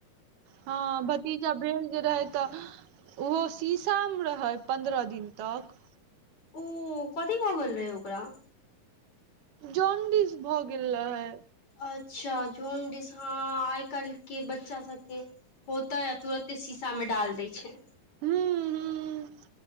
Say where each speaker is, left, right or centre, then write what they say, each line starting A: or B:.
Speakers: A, on the right; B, on the left.
A: हँ भतीजा भेल जे रहै तऽ ओहो शीशामे रहै पन्द्रह दिन तक
B: ओ कथी भगल रहै ओकरा
A: जॉन्डिस भऽ गेल रहै
B: अच्छा जोनडिस हां आइ काल्हि के बच्चा सबके होतै आ तुरते शीशा में डाल दय छै
A: हूँ हूँ